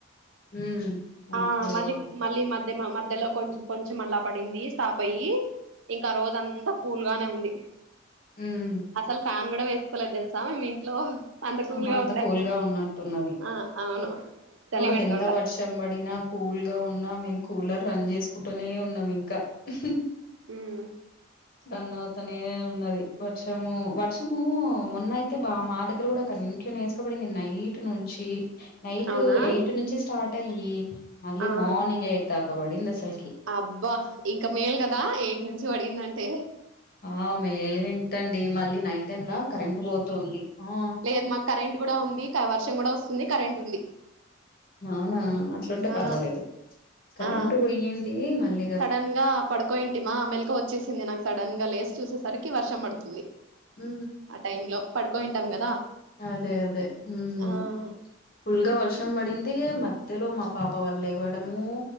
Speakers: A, on the left; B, on the right.
A: హ్మ్ ఓకే
B: ఆ మళ్ళ
A: ఓకే
B: మళ్ళీ మధ్య మా మధ్య మధ్యలో కొంచెం కొంచెం అలా పడింది స్టాప్ అయ్యి ఇంకా రోజు అంతా కూల్గానే ఉంది
A: మ్
B: అసలు ఫ్యాన్ కూడా వేసుకోలేదు తెలుసా మేము ఇంట్లో కూల్
A: అమ్మ
B: గా
A: అంత
B: ఉండే
A: కూల్గా ఉన్నట్టున్నవి
B: ఆ అవును చలి
A: మాకెంత
B: పెడుతుండ
A: వర్షం పడినా కూల్ గా ఉన్నా మేము కూలర్ రన్ చేసుకుంటూనే ఉన్నాం ఇంకా కా
B: మ్
A: రన్ అవుతనే ఉన్నది వర్షము వర్షము మొన్న అయితే బా మా దగ్గర కూడా న్ంచె నేసుకబడింది నైట్ నుంచి నైట్
B: అవునా
A: ఎయిట్ నుంచి స్టార్ట్ అయి మళ్ళీ
B: ఆ
A: మార్నింగ్ ఎయిట్ దాక బడింది అసలకి
B: అబ్బా ఇంకా మేల్ కదా ఎయిట్ నుంచి పడిందంటే
A: ఆ మేలే ఏంటండి మళ్ళీ నైట్ టైమ్లా కరెంట్ పోతుంది ఆ
B: లేదు మాకు కరెంట్ కూడా ఉంది కా వర్షం కూడా వస్తుంది కరెంట్ ఉంది
A: అవునా అట్లుంటే
B: ఆ
A: పర్వాలేదు కరెంట్
B: ఆ
A: పోయ్యింది మళ్ళీ
B: సడన్ గా పడుకో ఏంటిమా ఆ మెలకవ వచ్చేసింది నాకు సడన్ గా లేచి చూసేసరికి వర్షం పడుతుంది
A: మ్
B: ఆ టైం లో పడుకోయింటాం కదా
A: అదే అదే మ్
B: ఆ
A: ఫుల్గా వర్షం పడింది మధ్యలో మా పాప వల్ల లేవ్వడము